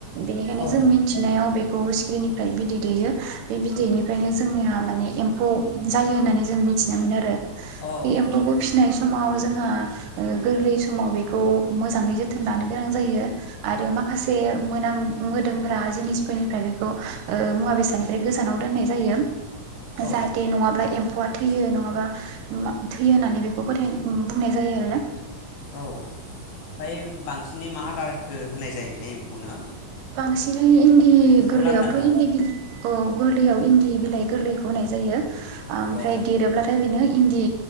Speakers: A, on the right (about 80°); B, on the left (about 75°).
A: बेनिखायनो
B: औ
A: जों मिथिनायाव बेखौ सिख्रिनिफ्राय बिदै दैेयो। बे बिदैनिफ्रायनो जोंनिया माने एम्फौ जायो होननानै जों मिथिना मोनो आरो।
B: औ
A: बे
B: औ
A: एम्फौखौ
B: नंगौ
A: फिनाय समाव जोंहा। ओ गोरलै समाव बेखौ मोजाङै जोथ थोन लानो गोनां जायो। आरो माखासे मोनाम मोदोमग्रा जिनिसफोरनिफ्राय बेखौ ओ मुवा बेसादनिफ्राय गोजानाव दोननाय जायो।
B: औ
A: जाहाथे नङाब्ला एम्फौआ थैयो नङाबा मा थैयो होननानै बेखौ फोथाय ओय बुंनाय जायो आरो ना।
B: औ फ्राय बांसिनै मा आदार? हो-होनाय जायोथाय एम्फौनो?
A: बांसिनै इन्दि
B: एम्फौ
A: गोरलैयावथ'
B: लाथानो
A: इन्दि औ गोरलैयाव इन्दि बिलाइ गोरलै होनाय जायो। ओमफ्राय
B: अ
A: देरोब्लाथाय बेनो। इन्दि